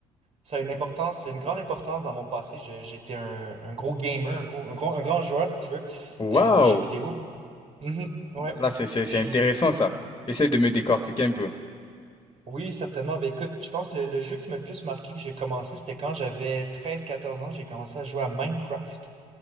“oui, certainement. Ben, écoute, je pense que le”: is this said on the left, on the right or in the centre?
Right